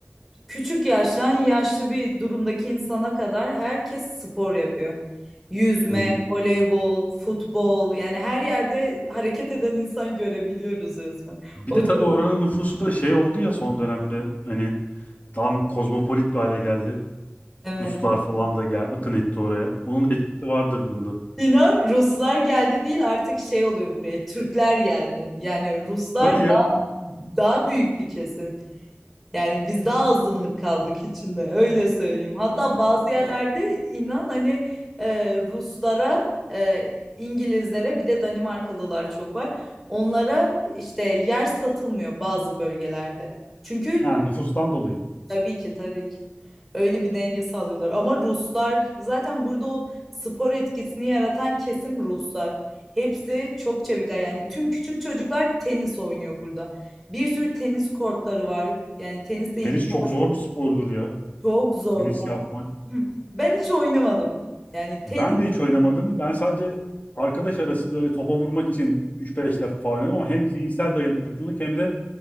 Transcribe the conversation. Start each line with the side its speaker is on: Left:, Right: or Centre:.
Centre: küçük yaştan yaşlı bir durumdaki insana kadar herkes spor yapıyor. Yüzme,
Left: Hı hı.
Centre: voleybol, futbol yani her yerde hareket eden insan görebiliyoruz resmen.
Left: Bir
Centre: O
Left: de
Centre: çok
Left: tabii oranın nüfusu da şey oldu ya son dönemde hani daha kozmopolit bir hale geldi.
Centre: evet.
Left: Ruslar falan da gel akın etti oraya. Onun da etkisi vardır bunda.
Centre: İnan Ruslar geldi değil artık şey oluyor buraya Türkler geldi. Yani Ruslar
Left: Hadi
Centre: daha,
Left: ya.
Centre: daha büyük bir kesim. Yani biz daha azınlık kaldık içinde öyle söyleyeyim. Hatta bazı yerlerde inan hani e, Ruslara, e, İngilizlere bir de Danimarkalılar çok var. Onlara işte yer satılmıyor bazı bölgelerde. Çünkü
Left: Ha, nüfustan dolayı.
Centre: Tabii ki tabii ki. Öyle bir denge sağlıyorlar. Ama Ruslar zaten burada o spor etkisini yaratan kesim Ruslar. Hepsi çok çevikler. Yani tüm küçük çocuklar tenis oynuyor burada. Bir sürü tenis kortları var. Yani tenisle
Left: Tenis
Centre: ilgili
Left: çok zor bir spordur ya.
Centre: çok zor.
Left: Tenis yapmak.
Centre: Yani, <clears throat> ben hiç oynamadım. Yani tenis
Left: Ben de hiç oynamadım. Ben sadece arkadaş arasında öyle topa vurmak için üç beş defa oynadım ama hem zihinsel dayanıklılık hem de